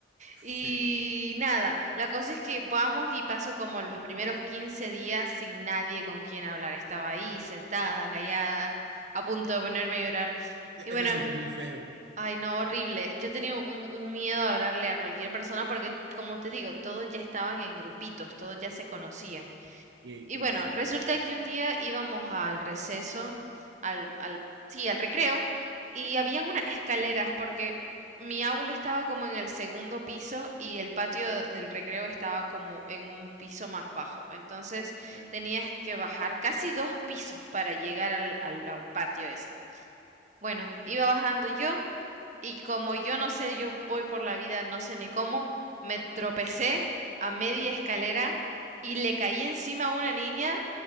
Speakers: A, on the right; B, on the right.
A: sí.
B: Y nada, la cosa es que vamos y paso como los primeros 15 días sin nadie con quien hablar. Estaba ahí sentada, callada, a punto de ponerme a llorar.
A: Se
B: Y bueno,
A: siente muy feo.
B: ay no, horrible. Yo tenía un, un miedo a hablarle a cualquier persona porque, como te digo, todos ya estaban en grupitos, todos ya se conocían.
A: Y,
B: Y bueno,
A: y sí,
B: resulta que un día íbamos al receso, al, al, sí, al recreo, y habían unas escaleras porque mi aula estaba como en el segundo piso y el patio del recreo estaba como en un piso más bajo. Entonces
A: ya.
B: tenías que bajar casi dos pisos para llegar al, al al patio ese. Bueno, iba bajando yo y como yo no sé, yo voy por la vida, no sé ni cómo, me tropecé a media escalera y le caí encima a una niña